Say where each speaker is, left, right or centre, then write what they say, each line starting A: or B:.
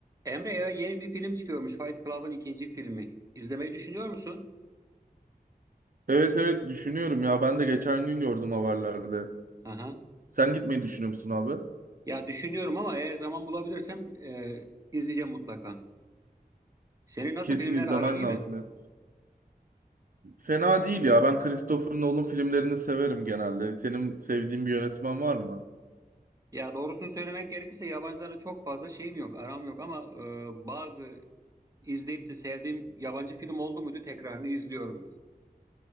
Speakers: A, on the right; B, on the right.
A: Emre ya yeni bir film çıkıyormuş. Fight Club'ın ikinci filmi. İzlemeyi düşünüyor musun?
B: Evet evet düşünüyorum ya. Ben de geçen gün gördüm haberlerde.
A: Aha.
B: Sen gitmeyi düşünüyor musun abi?
A: Ya düşünüyorum ama eğer zaman bulabilirsem e, izleyeceğim mutlaka. Senin nasıl
B: Kesin
A: filmler
B: izlemen
A: aran iyi
B: lazım
A: mi?
B: ya. Fena değil ya. Ben Christopher Nolan filmlerini severim genelde. Senin sevdiğin bir yönetmen var mı?
A: Ya doğrusunu söylemek gerekirse yabancılara çok fazla şeyim yok, aram yok ama e, bazı izleyip de sevdiğim yabancı film oldu muydu tekrarını izliyorum.